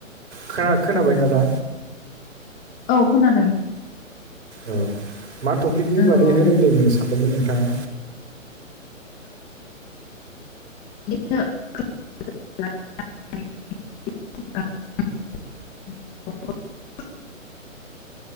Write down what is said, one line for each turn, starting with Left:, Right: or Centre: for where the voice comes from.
Right: खोना खोनाबायना दा
Left: औ खोनादों।
Right: औ मा टपिकनि
Left: औ
Right: बागैहाय रायलायनो सानदोंमोन नोंथाङा?
Left: बे <unintelligible> <unintelligible>